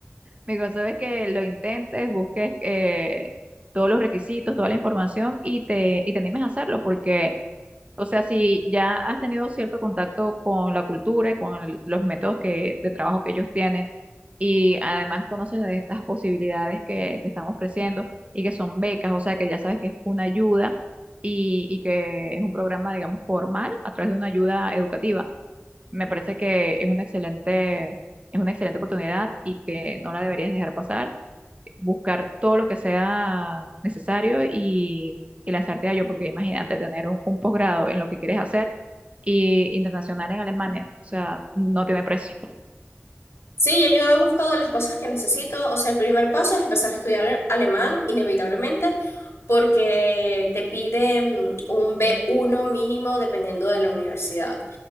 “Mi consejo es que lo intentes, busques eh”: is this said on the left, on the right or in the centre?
Right